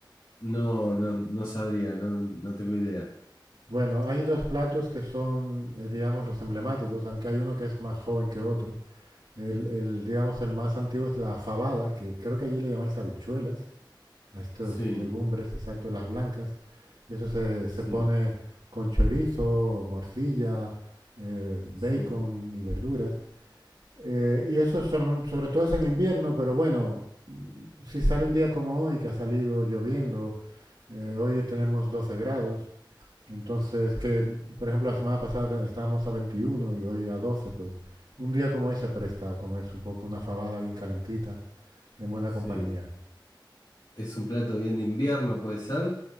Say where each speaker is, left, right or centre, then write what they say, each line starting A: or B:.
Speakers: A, on the left; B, on the right.
A: No, no, no sabría, no, no tengo idea.
B: Bueno, hay dos platos que son, eh, digamos, los emblemáticos, aunque hay uno que es más joven que otro. El, el, digamos, el más antiguo es la fabada, que creo que allí le llamáis habichuelas a estas
A: Sí,
B: legumbres, exacto, las blancas, y eso se,
A: sí,
B: se pone con chorizo, morcilla, eh, bacon
A: sí,
B: y verduras. Eh, y eso son- sobre todo es en invierno, pero bueno, si sale un día como hoy, que ha salido lloviendo, eh, hoy tenemos 12 grados, entonces que, por ejemplo, la semana pasada estábamos a 21 y hoy a 12 pues un día como hoy se presta a comerse un poco una fabada bien calentita, en buena
A: sí.
B: compañía.
A: ¿Es un plato bien de invierno, puede ser?